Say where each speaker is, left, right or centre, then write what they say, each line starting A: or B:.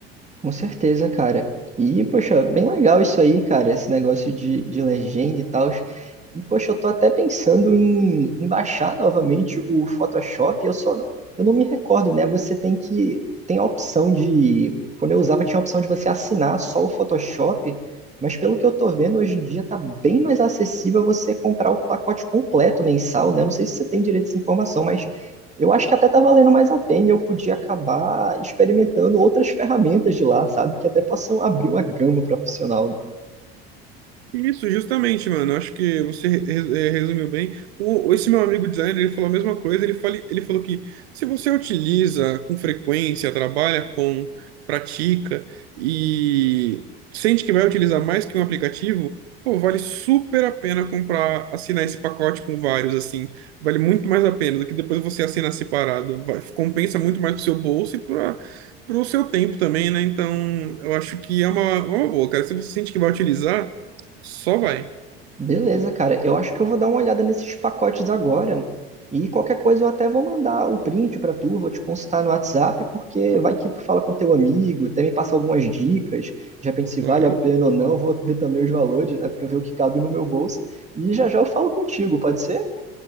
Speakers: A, on the right; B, on the right.
A: Com certeza, cara. E, poxa, bem legal isso aí, cara, esse negócio de, de legenda e tal. E, poxa, eu tô até pensando em, em baixar novamente o Photoshop. Eu só não, eu não me recordo, né? Você tem que, tem a opção de, quando eu usava, tinha a opção de você assinar só o Photoshop. Mas pelo que eu tô vendo, hoje em dia tá bem mais acessível você comprar o pacote completo mensal, né? Eu não sei se você tem direito a essa informação, mas eu acho que até tá valendo mais a pena e eu podia acabar experimentando outras ferramentas de lá, sabe? Que até possam abrir uma gama profissional.
B: Isso, justamente, mano. Acho que você re- re- eh, resumiu bem. O, esse meu amigo designer, ele falou a mesma coisa. Ele, fale, ele falou que se você utiliza com frequência, trabalha com, pratica e sente que vai utilizar mais que um aplicativo, pô, vale super a pena comprar, assinar esse pacote com vários, assim. Vale muito mais a pena do que depois você assinar separado. Vai- compensa muito mais pro seu bolso e para o seu tempo também, né? Então, eu acho que é uma, é uma boa, cara. Se você sente que vai utilizar. Só vai,
A: Beleza, cara. Eu acho que eu vou dar uma olhada nesses pacotes agora. E qualquer coisa eu até vou mandar o print pra tu, vou te consultar no WhatsApp, porque vai que tu fala com teu amigo, até me passa algumas dicas, de repente se
B: claro.
A: vale a pena ou não, vou ver também os valores, né, pra eu ver o que cabe no meu bolso. E já já eu falo contigo, pode ser?